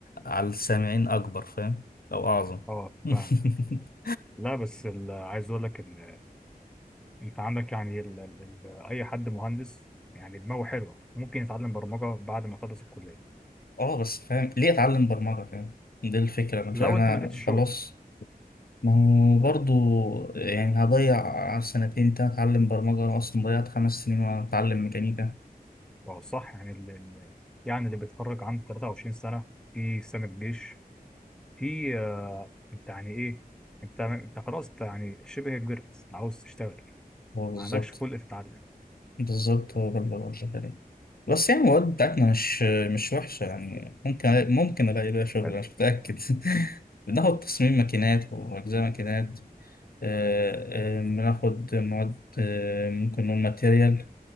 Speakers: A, on the left; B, in the centre.
A: على السامعين أكبر فاهم أو أعظم
B: اه
A: <laughs>
B: فاهمه لا بس ال- عايز اقول لك ان انت عندك يعني ال ال ال اي حد مهندس يعني دماغه حلوه ممكن يتعلم برمجه بعد ما يخلص الكليه
A: اه بس فاهم ليه اتعلم برمجة فاهم دي الفكرة مش
B: لو
A: انا
B: انت ما لقيتش شغل
A: خلاص ما هو برضو يعني هضيع سنتين تاني اتعلم برمجة انا اصلا ضيعت خمس سنين وانا اتعلم ميكانيكا
B: فهو صح يعني ال- ال- يعني اللي بيتخرج عنده 23 سنه في سنه جيش في آه انت يعني ايه انت انت خلاص انت يعني شبه كبرت عاوز تشتغل
A: هو بالظبط
B: ما عندكش خلق تتعلم
A: بالظبط هو ده اللي بقول عليه بس يعني المواد بتاعتنا مش مش وحشة يعني ممكن ممكن ألاقي بيها شغل
B: حلو
A: أنا مش متأكد <laughs> بناخد تصميم ماكينات وأجزاء ماكينات آه، آه، بناخد مواد آه، ممكن نقول ماتيريال